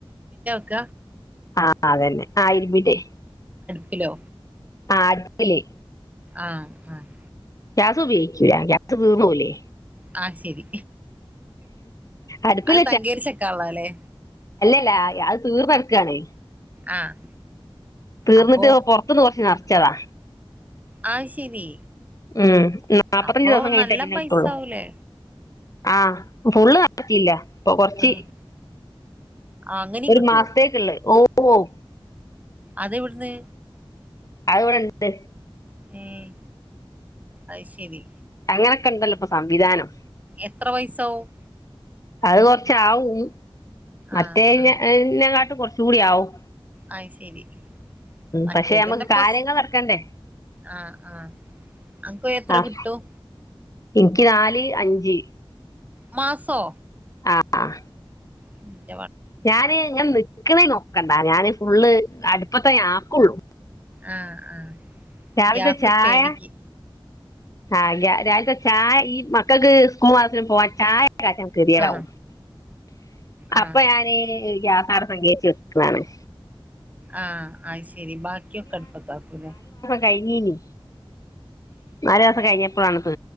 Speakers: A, on the right; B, on the left.
A: ക്ക
B: ആ അതന്നെ ആ ഇരിമ്പിന്റെ
A: ഹലോ
B: ആ അട്പ്പില്
A: ആഹ് ആഹ്
B: ഗ്യാസ് ഉപയോഗിച്ചൂല്ല ഗ്യാസ് തീർന്നോവൂലെ.
A: ആഹ് ശരി
B: അടുപ്പിൽ
A: അത് തങ്കേര്ച്ചെക്കാൻ ഉള്ളതല്ലേ
B: ല്ലാ അത് തീർന്ന് കടക്കാണേ.
A: ആഹ്
B: തീർന്നിട്ട്
A: അപ്പൊ
B: പ്പ പുറത്ത്ന്ന് കൊർച്ച് നർ ച്ചതാ.
A: അത് ശരി
B: ഉം നാല്പത്തഞ്ച്
A: അപ്പൊ
B: ദിവസം കഴിഞ്ഞിട്ടേ
A: നല്ല
B: പിന്നെ
A: പൈസ
B: ഇട്ടൊള്ളു
A: ആവൂലേ
B: ആഹ് ഫുള്ള് <unintelligible> ഇപ്പൊ കൊറച്ച്
A: ഏഹ് അങ്ങനിം
B: ഒരു
A: കിട്ടോ
B: മാസത്തേ‌ക്കിള്ള് ഓ <unintelligible>
A: അതെവിടുന്ന്
B: അതിവിടെണ്ട്.
A: ഉം അത് ശരി
B: അങ്ങനെക്കെ ഇണ്ടല്ലോ ഇപ്പൊ സംവിധാനം.
A: എത്ര പയ്സാവും
B: അത് കൊറച്ചാവും മറ്റേ
A: ആഹ്
B: <unintelligible>
A: ആഹ്
B: കുറച്ചും കൂടിയാവും
A: അത് ശരി മറ്റേതിന്റെപ്പസ്
B: പക്ഷെ നമ്മക്ക് കാര്യങ്ങൾ നടക്കണ്ടേ
A: ആഹ് ആഹ് അതിക്ക് പോയ എത്ര
B: ആഹ്
A: കിട്ടും?
B: എനിക്ക് നാല് അഞ്ച്
A: മാസോ
B: ആഹ്
A: ഉം
B: ഞാനേ <unintelligible> <unintelligible> നോക്കണ്ടാ ഞാന് ഫുള്ള് അടുപ്പത്തേ ഞാൻ ആക്കുള്ളു
A: ആഹ് ആഹ്
B: രാവിലത്തെ
A: ഗ്യാസ്
B: ചായ
A: പേടിക്ക്
B: ആഹ് ഗ്യാ ലത്തെ ചായ ഈ മക്കക്ക് സ്കൂ <unintelligible> പോവാൻ ചായ <unintelligible>
A: ആഹ് ആഹ്
B: അപ്പ ഞാന് <unintelligible>
A: ആഹ് അയ് ശ് ശരി ബാക്കിയൊക്കെ അടുപ്പത്താക്കൂല്ലേ.
B: കയിഞ്ഞേനി നാലു മാസം കഴിഞ്ഞപ്പഴാണ് തീ